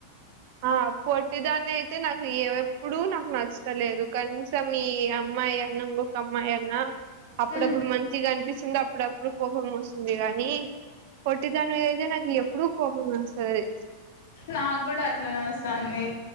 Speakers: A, on the right; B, on the left.
A: ఆ పొట్టిదాన్ని అయితే నాకు ఏ ఎప్పుడు నాకు నచ్చ ఇస్తాలేదు కనీసం ఈ అమ్మాయి అన్న ఇంకొక అమ్మాయి అన్న అప్పుడప్పుడు
B: హ్మ్
A: మంచిగా కనిపిస్తుంది అప్పుడప్పుడు కోపం వస్తుంది ంది కాగానీ పోట్టిదానిమీద అయితే నాకు ఎప్పుడుూ కోపం వస్తుంది
B: నాకు కూడా అట్లనే అస్తాంది